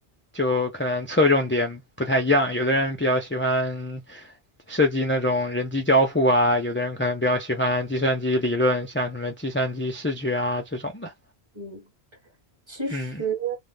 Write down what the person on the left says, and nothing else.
就可能侧重点不太一样。有的人比较喜欢设计那种人机交互啊，有的人可能比较喜欢计算机理论，像什么计算机视觉啊这种的。
嗯